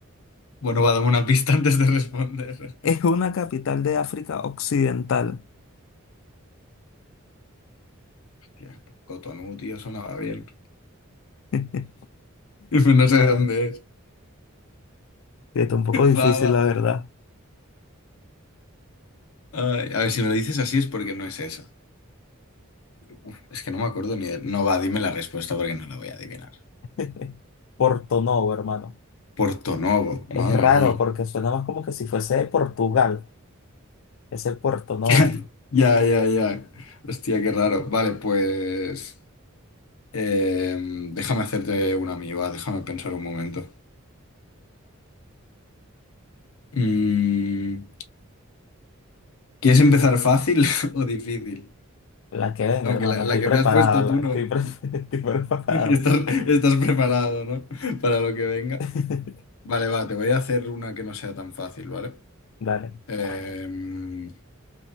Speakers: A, on the left; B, on the left.
A: Bueno, va a darme una pista antes de responder.
B: Es
A: <laughs>
B: una capital de África Occidental.
A: Hostia, Cotonú, tío, sonaba bien. <laughs>
B: <laughs>
A: No sé de dónde es.
B: Sí, Está un poco difícil,
A: Va, va.
B: la verdad.
A: Ay, a ver, si me lo dices así es porque no es eso. Uf, es que no me acuerdo ni de... No va, dime la respuesta porque no la voy a adivinar.
B: <laughs> Porto Novo, hermano.
A: Porto Novo,
B: Es
A: madre
B: raro
A: mía.
B: porque suena más como que si fuese de Portugal. Ese es Puerto Novo.
A: <laughs> Ya, ya, ya. Hostia, qué raro. Vale, pues... em, déjame hacerte una amiga, déjame pensar un momento. Mm, ¿quieres empezar fácil <laughs> o difícil?
B: La que venga,
A: Aunque
B: hermano.
A: la, la
B: Estoy
A: que
B: preparada.
A: me has puesto
B: la-
A: tú no...
B: Estoy, pre- <laughs> estoy
A: <laughs>
B: preparada.
A: Estás, estás preparado, ¿no? Para lo que venga.
B: <laughs>
A: Vale, va, te voy a hacer una que no sea tan fácil, ¿vale? Vale.
B: Dale,
A: Eh,